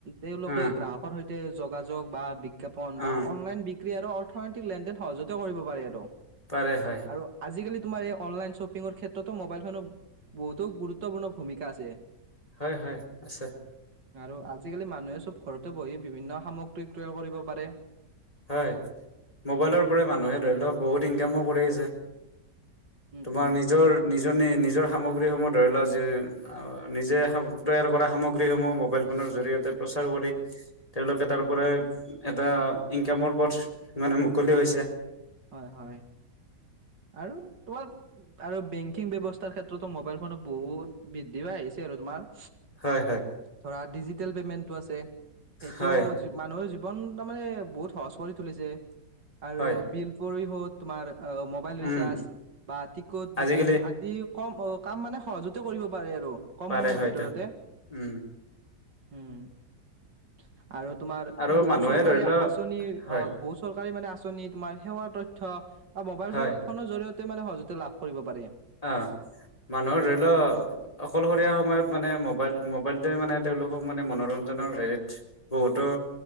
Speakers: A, on the right; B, on the left.
A: তেওঁলোকে
B: উম
A: গ্ৰাহকৰ সৈতে যোগাযোগ বা বিজ্ঞাপন
B: উম
A: বা অনলাইন বি ক্ৰিয়া আৰু অৰ্থনৈতিক লেনদেন সহজতে কৰিব পাৰি আৰু।
B: পাৰে হয়।
A: আৰু আজিকালি তোমাৰ এই অনলাইন শ্বপিঙৰ ক্ষেত্ৰতো মোবাইল ফোন বহুতো গুৰুত্বপূৰ্ণ ভূমিকা আছে।
B: হয়, হয় আছে।
A: আৰু আজিকালি মানুহে চব ঘৰতে বহি বিভিন্ন সামগ্ৰী ক্ৰয় কৰিব পাৰে।
B: হয় মোবাইলৰ
A: উম,
B: পৰা মানুহে ধৰি লওক বহুত ইনকামো কৰি আছে।
A: উম,
B: তোমাৰ
A: উম।
B: নিজৰ, নিজৰ নি নিজৰ সামগ্ৰীসমূহ ধৰি লোৱা যি নিজে তৈয়াৰ কৰা সামগ্ৰীসমূহ মোবাইল ফোনৰ জৰিয়তে প্ৰচাৰ কৰি তেওঁলোকে তাৰ পৰাই এটা ইনকামৰ পথ মানে মুকলি হৈছে।
A: হয়, হয় আৰু তোমাৰ আৰু বেংকিং ব্যৱস্থাৰ ক্ষেত্ৰতো মোবাইল ফোনত বহুত বৃদ্ধি আহিছে আৰু তোমাৰ
B: হয়, হয়।
A: ধৰা ডিজিটেল পেমেন্টটো আছে সেইটো
B: হয়
A: মানুহৰ জীৱন তো তাৰ মানে বহুত সহজ কৰি তুলিছে আৰু
B: হয়
A: বিল পৰিহত তোমাৰ মোবাইল ৰিচাৰ্জ
B: উম
A: বা টিকট
B: আজিকালি
A: বুকিং যি কম অ', কাম মানে সহজতে কৰিব পাৰে আৰু কম
B: পাৰে
A: সময়ৰ
B: হয়তো
A: ভিতৰতে
B: উম
A: উম আৰু তোমাৰ
B: আৰু
A: বহু
B: মানুহে
A: চৰকাৰী
B: ধৰি লও
A: আচনি
B: হয়
A: অ', বহু চৰকাৰী মানে আচনি তোমাৰ সেৱা তথ্য বা মোবাইল
B: হয়
A: ফোনৰ জৰিয়তে মানে সহজতে লাভ কৰিব পাৰে।
B: অ', মানুহৰ ধৰি ল অকলশৰীয়া সময়ত মানে মোবাইল মোবাইলটোৱে মানে তেওঁলোকক মানে মনোৰঞ্জনৰ হেৰিত বহুতো